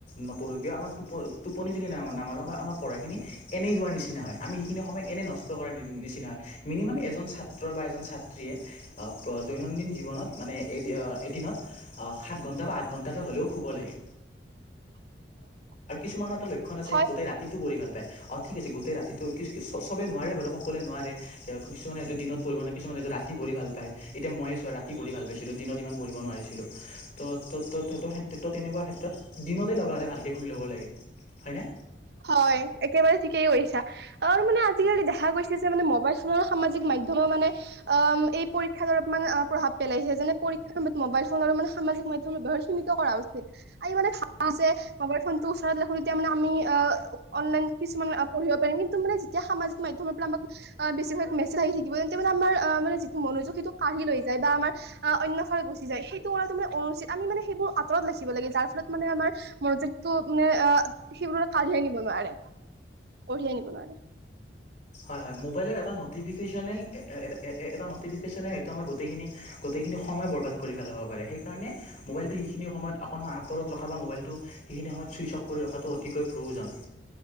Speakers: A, on the left; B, on the right.
A: নপঢ়ো কিয় আমাৰ টো টোপনি যদি ন নেমা নেমাৰো আমাৰ পঢ়াখিনি এনেই যোৱাৰ নিচিনা হয়। আমি সেইখিনি সময় এনেই নষ্ট কৰাৰ নিচিনা হয় মিনিমাম এজন ছাত্ৰ বা এজন ছাত্ৰীয়ে অঁ প্ৰ দৈনন্দিন জীৱনত মানে এদ এদিনত সাত ঘণ্টা বা আঠ ঘণ্টাকে হ'লেও শুব লাগে।
B: <inaudible>
A: আৰু কিছুমানৰ এটা লক্ষণ আছে
B: হয়
A: গোটেই ৰাত তিটো পঢ়ি ভাল পায়, অঁ ঠিক আছে গোটেই ৰাতিটো কি কিচ চবেই নোৱাৰে বাৰু সকলোৱে নোৱাৰে কিছুমানে সেইটো দিনত পঢ়িব মানে কিছুমানে সেইটো ৰাতি পঢ়ি ভাল পায়। এতিয়া মইয়ে চোৱা ৰাতি পঢ়ি ভাল পাইছিলো দিনত ইমান পঢ়িব নোৱাৰিছিলোঁ। ত ত ত তেনেকুৱা ক্ষেত্ৰত দিনতে লগা হ'লে ভালকে শুই ল'ব লাগে। হয়নে?
B: হয় একেবাৰে ঠিকেই কৈছা। আৰু মানে আজিকালি দেখা গৈছে যে মানে মোবাইল ফোনৰ সামাজিক মাধ্যমে মানে অম এই পৰীক্ষাত অলপমান অ প্ৰভাৱ পেলাইছে, যেনে পৰীক্ষাৰ সময়ত মোবাইল ফোন আৰু মানে সামাজিক মাধ্যমৰ ব্যবহাৰ সীমিত কৰা উচিত, আৰু ই মানে <unintelligible> ফোনটো ওচৰত ৰাখো তেতিয়া মানে আমি অ অনলাইন কিছুমান পঢ়িব পাৰিম, কিন্তু মানে যেতিয়া সামাজিক মাধ্যমৰ পৰা আমাক অঁ বেছিভাগ মেছেজ আহি থাকিব তেন্তে মানে আমাৰ আহ মানে যিটো মনোযোগ সেইটো কাঢ়ি লৈ যায় বা আমাৰ আ অন্য ফালে গুচি যায়, সেইটো কৰাটো মানে অনুচিত, আমি মানে সেইবোৰ আতৰত ৰাখিব লাগে যাৰ ফলত মানে আমাৰ মনোযোগ তো মানে অ সেইবোৰ কাঢ়িয়াই নিব নোৱাৰে কঢ়িয়াই নিব নোৱাৰে।
A: হয় হয় মোবাইলৰ এটা নটিফিকেশনেই এ এ এটা এ এ এটা নটিফিকেশনে এইটো আমাৰ গত গোটেইখিনি গোটেইখিনি সময় বৰবাদ কৰি পেলাব পাৰে, সেইকাৰণে মোবাইলটো সেইখিনি সময়ত অকণমান আঁতৰত ৰখা বা মোবাইলটো সেইখিনি সময়ত ছুইচ অফ কৰি ৰখাটো অতিকৈ প্ৰয়োজন।